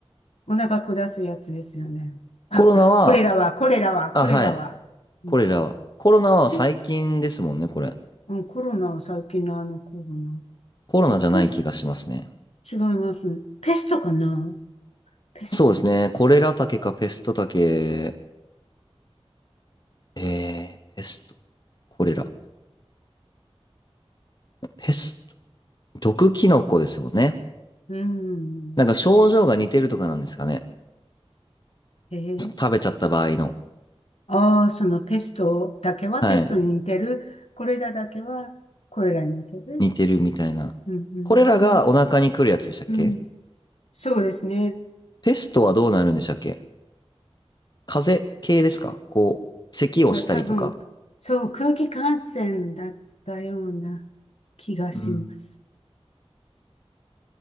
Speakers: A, on the left; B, on the left.
A: お腹下すやつですよね。あ、
B: コロナは、
A: これらは、これらは、これらは。
B: あ、はい。
A: うん、
B: これじゃあ、コロナは最近ですもんね、
A: ペス、
B: これ。
A: うん、コロナは最近のあのコロナ。
B: コロナじゃない気がしますね。
A: ペス、違いますね。ペストかなペスト。
B: そうですね。コレラ竹かペスト竹。えー、ペスト、コレラ。ペスト、毒キノコですもんね。
A: うん。
B: なんか症状が似てるとかなんですかね。
A: えー、
B: そ食べちゃった場合の。
A: ああ、そのペストだけはペストに似てる。
B: はい。
A: これらだけはこれらに似てる。
B: 似てるみたいな。
A: うんうんうん
B: これらがお腹に来るやつでしたっけ
A: うん、そうですね。
B: ペストはどうなるんでしたっけ風邪系ですかこう、咳をしたりとか。
A: そう、多分、そう、空気感染だったような気がします。
B: うん。